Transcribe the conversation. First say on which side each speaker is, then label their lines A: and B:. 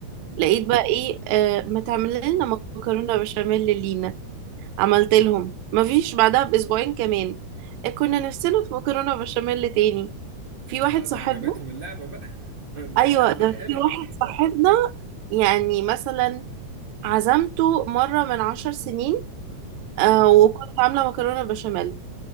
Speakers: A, on the right; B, on the right.
A: مم.
B: لقيت بقى إيه آه ما تعمل لنا مكرونة بشاميل لينا عملت لهم مفيش بعدها بأسبوعين كمان آه، كنا نفسنا في مكرونة بشاميل تاني في
A: لا
B: واحد
A: ده
B: صاحبنا
A: عجبتهم اللعبه بقى <laughs> ده
B: أيوة
A: واضح ان
B: ده
A: هي حلوه
B: في واحد صاحبنا يعني مثلا عزمته مرة من عشر سنين آه
A: مم.
B: وكنت عاملة مكرونة بشاميل